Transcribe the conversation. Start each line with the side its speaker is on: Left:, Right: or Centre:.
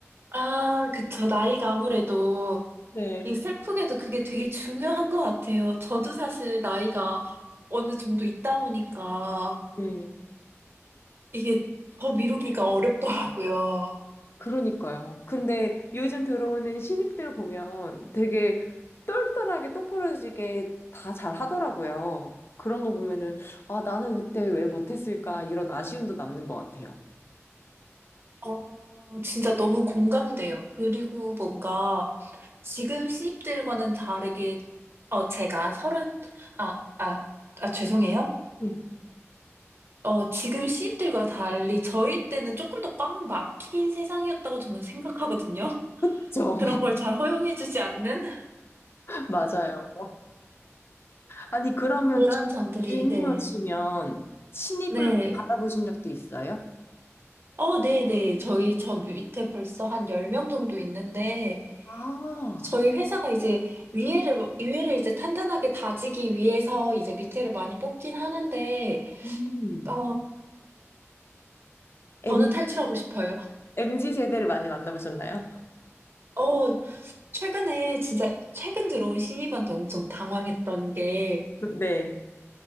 Right: 아, 그쵸. 나이가 아무래도
Left: 네,
Right: 이 슬프게도 그게 되게 중요한 것 같아요. 저도 사실 나이가 어느 정도 있다 보니까
Left: 네.
Right: 이게 더 미루기가 어렵더라고요.
Left: 그러니까요. 근데 요즘 들어오는 신입들 보면 되게 똘똘하게 똑부러지게 다 잘 하더라고요. 그런 거 보면은, 아, 나는 그때 왜 못했을까? 이런 아쉬움도 남는 것 같아요.
Right: 어, 진짜 너무 공감돼요. 그리고 뭔가 지금 신입들과는 다르게, 어, 제가 서른, 아, 아, 아, 죄송해요.
Left: 네.
Right: 어, 지금 신입들과 달리 저희 때는 조금 더 꽉 막힌 세상이었다고 저는 생각하거든요.
Left: 그렇죠.
Right: 그런 걸 잘 허용해주지 않는
Left: <laughs> 맞아요. 아니, 그러면
Right: 그런
Left: 주-
Right: 점들이,
Left: 주니어시면
Right: 네.
Left: 신입을
Right: 네.
Left: 받아보신 적도 있어요?
Right: 어, 네네. 저희 저 밑에 벌써 한 10명 정도 있는데,
Left: 아,
Right: 저희 회사가 이제 위에를, 위에를 이제 탄탄하게 다지기 위해서 이제 밑에를 많이 뽑긴 하는데,
Left: 음.
Right: 어,
Left: M,
Right: 저는 탈출하고 싶어요.
Left: 엠 z 세대를 많이 만나보셨나요?
Right: 어, 최근에 진짜 최근 들어온 신입한테 엄청 당황했던 게,
Left: <laughs> 네.